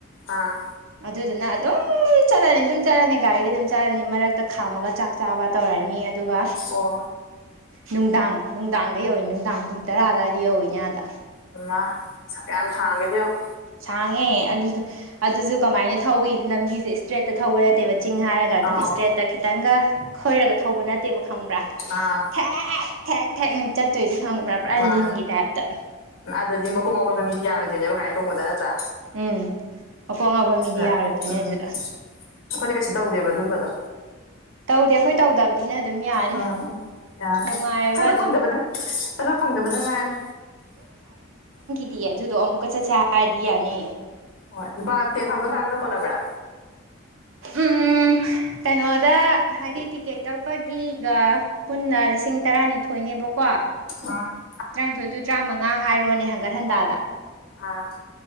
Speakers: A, on the left; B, on the right.
A: ꯑꯥ
B: ꯑꯗꯨꯗꯨꯅ ꯑꯗꯨꯝ ꯁꯨꯝ ꯆꯠꯂꯅꯤ ꯁꯨꯝ ꯆꯠꯂꯅꯤ ꯒꯥꯔꯤꯗꯤ ꯑꯗꯨꯝ ꯆꯠꯂꯅꯤ ꯃꯔꯛꯇ ꯈꯥꯝꯃꯒ ꯆꯥꯛ ꯆꯥꯕ ꯇꯧꯔꯅꯤ ꯑꯗꯨꯒ
A: ꯑꯣ
B: ꯅꯨꯡꯗꯥꯡ ꯅꯨꯡꯗꯥꯡꯗ ꯌꯧꯋꯤ ꯅꯨꯡꯗꯥꯡ ꯄꯨꯡ ꯇꯔꯥ ꯑꯗꯨꯗꯋꯥꯏꯗ ꯌꯧꯋꯤꯅꯦ ꯑꯥꯗ
A: ꯍꯩꯃꯥ ꯁꯛꯌꯥꯝ ꯁꯥꯡꯒꯦꯗꯣ ꯌꯦꯡꯉꯣ
B: ꯁꯥꯡꯉꯦ ꯑꯗꯨꯗ ꯑꯗꯨꯁꯨ ꯀꯃꯥꯏꯅ ꯊꯧꯋꯤ ꯂꯝꯕꯤꯁꯦ ꯏꯁꯇ꯭ꯔꯦꯠꯇ ꯊꯧꯕ ꯅꯠꯇꯦꯕ ꯆꯤꯡ ꯍꯥꯏꯔꯒ ꯑꯗꯨꯝ
A: ꯑꯥꯎ
B: ꯏꯁꯇ꯭ꯔꯦꯠꯇ ꯈꯤꯇꯪꯒ ꯈꯣꯏꯔꯒ ꯊꯧꯕ ꯅꯠꯇꯦꯕ ꯈꯪꯕ꯭ꯔꯥ
A: ꯑꯥ
B: ꯊꯦꯛ ꯊꯦꯛ ꯊꯦꯛꯅꯦ ꯆꯠꯇꯣꯏꯁꯦ ꯈꯪꯕ꯭ꯔꯥ ꯄꯨꯔꯥ
A: ꯋꯥ
B: ꯂꯤꯟꯒꯤ ꯇꯥꯏꯞꯇ
A: ꯑꯗꯨꯗꯤ ꯃꯀꯣꯛ ꯉꯥꯎꯒꯟꯕ ꯃꯤꯗꯤ ꯌꯥꯔꯣꯏꯗꯣꯏꯅꯦꯕꯥ ꯇꯣꯡꯕꯗ ꯅꯠꯇ꯭ꯔꯥ
B: ꯎꯝ ꯃꯀꯣꯛ ꯉꯥꯎꯕ ꯃꯤꯗꯤ
A: ꯑ
B: ꯌꯥꯔꯣꯏꯗꯣꯏꯅꯦ
A: ꯎꯝ
B: ꯑꯗꯨꯗ
A: ꯑꯩꯈꯣꯏꯗꯤ ꯀꯩꯁꯨ ꯇꯧꯗꯦꯕ ꯑꯗꯨꯝꯕꯗꯣ
B: ꯇꯧꯗꯦ ꯑꯩꯈꯣꯏ ꯇꯧꯗꯕꯅꯤꯅ ꯑꯗꯨꯝ ꯌꯥꯅꯤ
A: ꯎꯝ ꯌꯥꯅꯤ
B: ꯅꯨꯡꯉꯥꯏꯑꯦꯕ
A: ꯆꯠꯄ
B: ꯑꯗꯨꯝ
A: ꯐꯪꯗꯕꯗꯪ ꯆꯠꯄ ꯐꯪꯗꯕꯗ ꯉꯥꯏꯔꯦ
B: ꯗꯤ ꯑꯗꯨꯗꯣ ꯑꯃꯨꯛꯀ ꯆꯠꯁꯦ ꯍꯥꯏꯔꯗꯤ ꯌꯥꯅꯤ
A: ꯍꯣꯏ ꯂꯨꯄꯥ ꯇꯦꯟ ꯊꯥꯎꯖꯟ ꯈꯥꯏꯕꯗꯣ ꯀꯣꯟꯅꯕ꯭ꯔ
B: ꯎꯝ ꯑꯝ ꯀꯩꯅꯣꯗ ꯍꯥꯏꯗꯤ ꯇꯤꯀꯦꯠ ꯀꯛꯄꯒꯤꯒ ꯄꯨꯟꯅ ꯂꯤꯁꯤꯡ ꯇꯔꯥꯅꯤꯊꯣꯏꯅꯤ ꯅꯦꯕ ꯀꯣ
A: ꯑꯥ
B: ꯇꯔꯥꯅꯤꯊꯣꯏꯗꯨ ꯇꯔꯥꯃꯉꯥ ꯍꯥꯏꯔꯣꯅꯦ ꯍꯟꯒꯠ ꯍꯟꯗꯥꯗ
A: ꯑꯥ